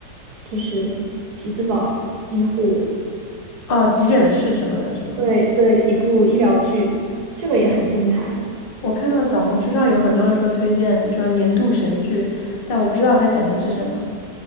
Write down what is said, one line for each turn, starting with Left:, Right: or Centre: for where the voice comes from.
Right: 就是匹兹堡医护。
Left: 哦，急诊室什么的，是吗？
Right: 对对，一部医疗剧，这个也很精彩。
Left: 我看到小红书上有很多人说推荐，说年度神剧，但我不知道它讲的是什么。